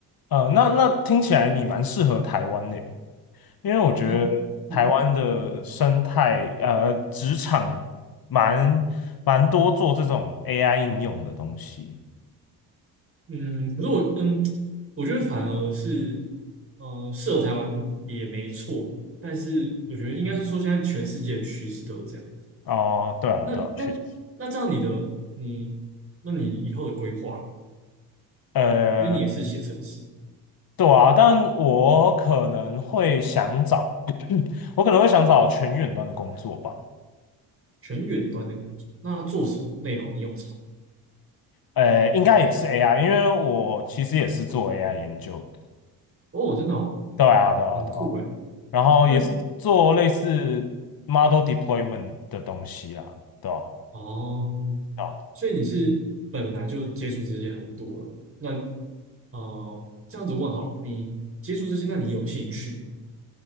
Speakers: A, on the left (about 55°); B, on the right (about 30°).
A: 呃，那那听起来你蛮适合台湾的耶因为我觉得台湾的生态，
B: 啊。嗯
A: 呃，职场蛮蛮多做这种 AI 应用的东西。
B: 嗯，可是我嗯，我觉得反而是呃设台湾也没错，但是我觉得应该是说现在全世界的趋势都是这样。
A: 哦，对啊，
B: 那那那这样你的你，
A: 对啊，确实，
B: 那你以后的规划，
A: 呃，
B: 因为你也是写程式。
A: 对啊，但我可能会想找，我可能会想找全远端的工作吧。
B: 全远端的工作。那做什么内容？你有查？
A: 呃，应该也是 AI，因为我其实也是做 AI 研究的。
B: 哦，真的哦，
A: 对啊，对啊，
B: 很酷诶。
A: 对啊，然后也是做类似
B: 那
A: model deployment 的东西啦，对啊，
B: 哦，
A: 对啊。
B: 所以你是本来就接触这些很多了。那呃，这样子问好了，你接触这些，那你有兴趣吗？